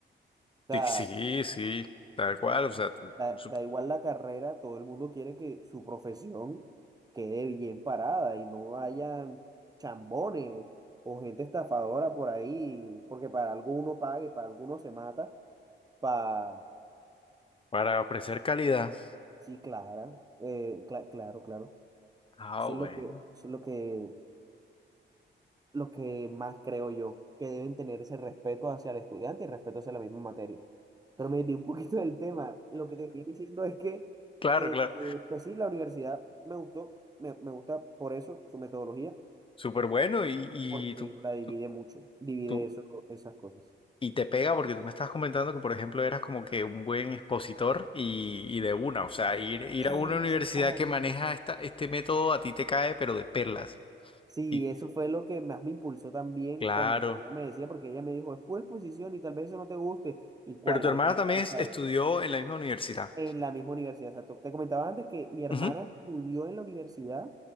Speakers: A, on the right; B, on the left.
A: o
B: Sí,
A: sea.
B: sí, sí, tal cual, o sea, tú,
A: Da,
B: su-
A: da igual la carrera, todo el mundo quiere que su profesión quede bien parada y no hayan chambones o gente estafadora por ahí, porque para alguno pague, para alguno se mata, para...
B: para ofrecer calidad.
A: Sí, Clara, eh, cla- claro, claro.
B: Ah,
A: Eso
B: bueno.
A: es lo que, eso es lo que, lo que más creo yo, que deben tener ese respeto hacia el estudiante y respeto hacia la misma materia. Pero me di un poquito del tema. Lo que te estoy diciendo es que,
B: Claro,
A: eh,
B: claro.
A: eh, pues sí, la universidad me gustó, me, me gusta por eso, su metodología,
B: Súper bueno y, y
A: porque
B: tú,
A: la divide
B: tú,
A: mucho, divide
B: tú-
A: eso, esas cosas.
B: y te pega porque tú me estás comentando que, por ejemplo, eras como que un buen expositor y, y de una, o sea, ir, ir
A: Exacto.
B: a una universidad que maneja esta, este método a ti te cae, pero de perlas.
A: Sí,
B: Y
A: eso fue lo que más me impulsó también
B: Claro.
A: cuando mi hermana me decía, porque ella me dijo, es pura exposición y tal vez eso no te guste. ¿Y cuál?
B: Pero tu
A: A
B: hermana
A: mí me encanta
B: también es- estudió
A: eso.
B: en la misma universidad.
A: En la misma universidad. exacto. te comentaba antes que mi hermana
B: Ujú,
A: estudió en la universidad,